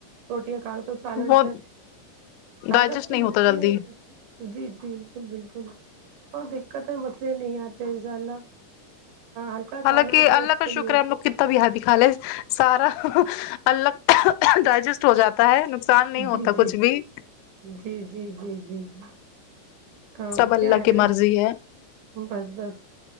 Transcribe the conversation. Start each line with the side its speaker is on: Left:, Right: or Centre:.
Right: روٹیاں کاٹ تو سالن
Left: وہ
Right: سے طاقت
Left: ڈائجسٹ
Right: تو
Left: نہیں
Right: ملتی
Left: ہوتا جلدی
Right: ہے جی جی بالکل بالکل اور دقت ہے مسئلے نہیں آتے ان شاء اللہ ہلکا
Left: حالانکہ
Right: کھانا
Left: اللہ
Right: صحت
Left: کا
Right: کے
Left: شکر
Right: لیے
Left: ہے ہم لوگ تب یہاں دکھا لے سارا الگ ڈائجسٹ ہو جاتا ہے نقصان نہیں ہوتا
Right: جی جی
Left: کچھ بھی
Right: جی جی جی جی جی اب
Left: سب
Right: کیا
Left: اللہ
Right: ہے
Left: کی
Right: نا
Left: مرضی ہے
Right: بس بس